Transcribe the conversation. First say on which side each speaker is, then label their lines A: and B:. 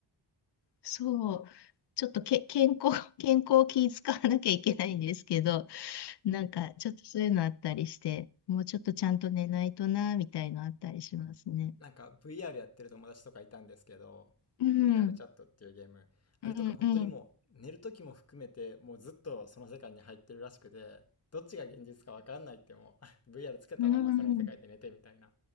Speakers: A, on the left (about 65°); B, on the left (about 35°).
A: そう、ちょっとけ、健康、<laughs> 健康を気遣わなきゃいけないんですけど、なんかちょっとそういうのあったりして、もうちょっとちゃんと寝ないとな、みたいのあったりしますね。
B: なんか VR やってる友達とかいたんですけど、
A: うん、
B: VR チャットっていうゲーム、あれとか本当にもう寝る時も含めてもうずっとその世界に入ってるらしくて、
A: うん、うん。
B: どっちが現実かわかんないってもう VR <laughs> つけたままその世界で寝てみたいな
A: うん。